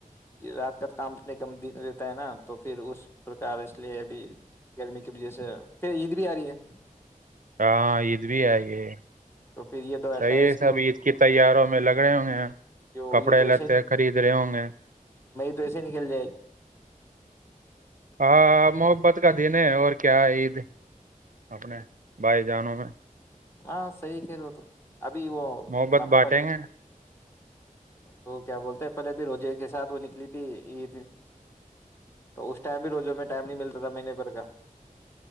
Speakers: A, on the left; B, on the right.
A: رات کا تو کام اتنے کم دن رہتا ہے نا تو پھر اس پرکار اس لیے ابھی گرمی کی وجہ سے پھرید بھی آ رہی ہے
B: ہاں عید بھی آ یہ
A: تو پھر یہ تو اٹھائیس
B: صحیح ہے سب عید کی تیاروں میں لگ رہے ہوں گے
A: جو
B: کپڑے
A: یہ تو ایسے
B: لیتے خرید رہے ہوں گے
A: توسے نکل جائے گی
B: ہاں محبت کا دن ہے اور کیا عید اپنے بھائی جانوں میں
A: ہاں سی کرو تو ابھی وہ
B: محبت
A: ن
B: بانٹیں
A: پل
B: گے
A: وہ کیا بولتے پہلے بھی روزے کے ساتھ وہ نکلی تھی عید تو اس ٹائم بھی روزے میں ٹائم نہیں ملتا تھا مہینے پر کا